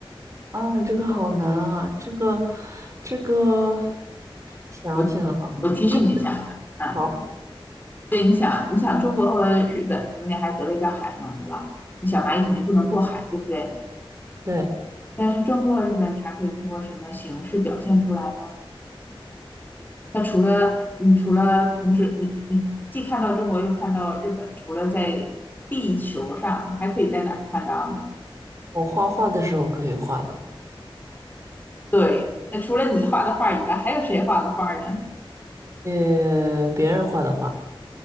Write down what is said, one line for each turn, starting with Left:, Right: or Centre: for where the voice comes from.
Right: 啊，这个好难啊，这个这个 <laughs>，想想啊，
Left: 我我提示你一下啊，
Right: 你有
Left: 啊
Right: 好，
Left: 对，你想你想中国和日本中间还隔了一条海嘛，是吧？那小蚂蚁肯定不能过海，对不对？
Right: 对，
Left: 但是中国和日本，你还可以通过什么形式表现出来呢？那除了你除了同时你你既看到中国又看到日本，除了在地球上，你还可以在哪儿看到呢？
Right: 我画画的时候可以画的，
Left: 对，那除了你画的画以外，还有谁画的画呢？
Right: 呃，别人画的画